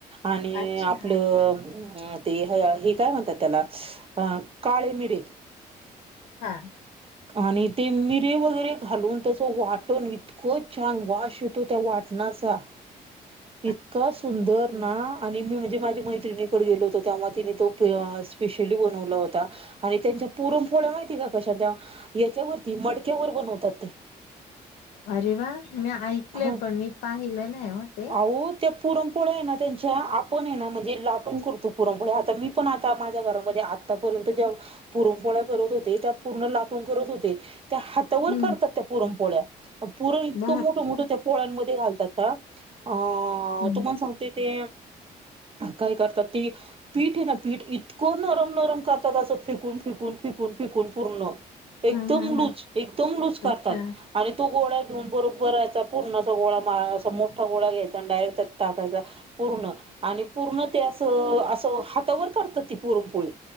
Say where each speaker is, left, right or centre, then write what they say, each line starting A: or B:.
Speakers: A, on the right; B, on the left.
A: आणि
B: अच्छा
A: आपलं ते हे काय म्हणतात त्याला, अ काळे मिरे
B: हा!
A: आणि ते मिरे वगैरे घालून त्याचं वाटण इत क छान वास येतो त्या वाटणाचा.
B: <inaudible>
A: इतका सुंदर. ना आणि मी म्हणजे माझी मैत्रिणीकडे गेलो होतो, त्यामुळं तिने तो प स्पेशली बनवला होता. आणि त्यांच्या पुरन पोळ्या माहिती का कशा, त्या याच्यावरती मडक्यावर बनवतात ते.
B: अरे वा मी ऐकलय
A: हा
B: पण मी पाहिलं नाही हो ते.
A: अहो त्या पुरमपोळ्या आहे ना त्यांच्या, आपण हे ना म्हणजे लाटून करतो पुरमपोळ्या, आता मी पण आता माझ्या घरामध्ये आ आपर्यंत ज्या पुरणपोळ्या करत होते, त्या पूर्ण लाटून करत होते त्या हाता तावर
B: हम्म
A: करतात त्या पुरनपोळ्या पुरन इतकं
B: बापरे
A: मोठ त्या पोळ्यांमध्ये घालतात अ
B: हम्म
A: तुम्हाला सांगते ते काय करतात ती पीठ आहे ना पीठ, इतकं नरम, नरम करतात असं फेकून, फेकून फे कून फेकून पूर्ण एकदम
B: हा हा
A: लूज,
B: हा
A: एकदम लूज करतात.
B: अच्छा
A: आणि तो गोळा घेऊन बरोबर असा पुरणाचा गोळा मा अस मोठा गोळा घ्यायचा आणि डायरेक्ट त्यात टाकायचा पूर्ण आणि पूर्ण ते असं, असं हातावर करता ती पुरणपोळी.